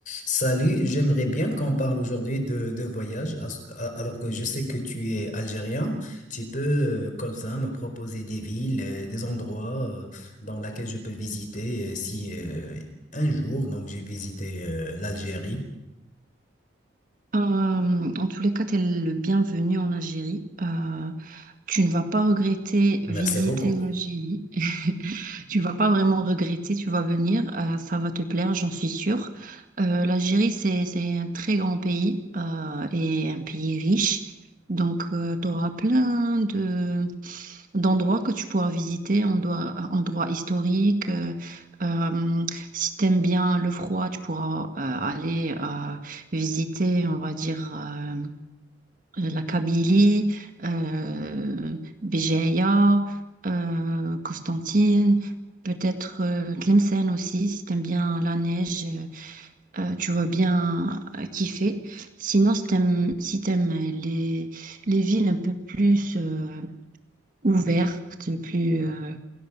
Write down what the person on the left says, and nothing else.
Salut, j'aimerais bien qu'on parle aujourd'hui de, de voyage, as- a- alors que je sais que tu es algérien. Tu peux, euh, comme ça, me proposer des villes, euh, des endroits euh, dans lesquels je peux visiter euh, si euh, un jour, donc j'ai visité euh, l'Algérie.
Merci
beaucoup.